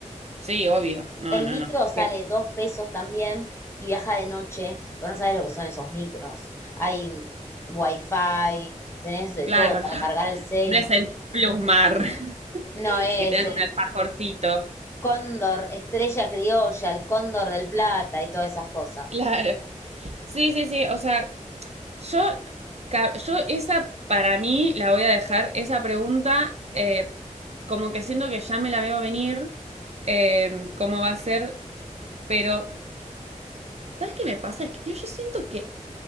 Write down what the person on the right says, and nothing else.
sí, obvio. No,
no,
no.
¿Qué?
Claro,
<laughs>
no es el plusmar <laughs>
que te dan
un alfajorcito.
Claro. Sí, sí, sí. O sea, yo, ca- yo esa para mí la voy a dejar, esa pregunta, eh, como que siento que ya me la veo venir, em, cómo va a ser, pero ¿Sabes qué me pasa? Es que yo siento que